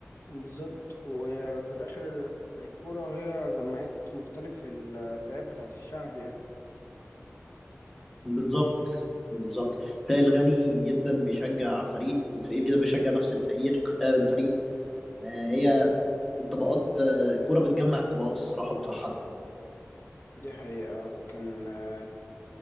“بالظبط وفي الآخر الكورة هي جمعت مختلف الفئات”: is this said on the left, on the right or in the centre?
Left